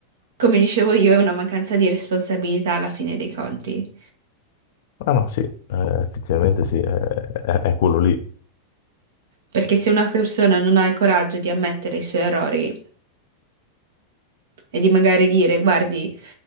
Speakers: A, on the right; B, on the left.
A: come dicevo io, è una mancanza di responsabilità alla fine dei conti.
B: Ah no, sì, eh, effettivamente sì, è, è- è quello lì,
A: Perché se una persona non ha il coraggio di ammettere i suoi errori e di magari dire, guardi,